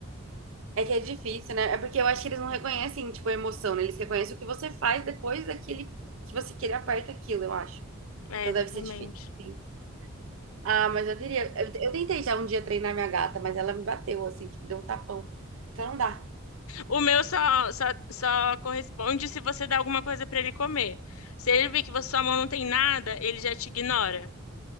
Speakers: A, on the right; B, on the left.
A: É que é difícil, né? É porque eu acho que eles não reconhecem, tipo, a emoção, né? Eles reconhecem o que você faz depois daquele que você que ele aperta aquilo, eu acho.
B: É,
A: Então
B: exatamente.
A: deve ser difícil, sim. Ah, mas eu queria. Eu, eu tentei já um dia treinar minha gata, mas ela me bateu, assim, tipo, deu um tapão. Então não dá.
B: O meu só, só, só corresponde se você dá alguma coisa pra ele comer. Se ele vê que sua mão não tem nada, ele já te ignora.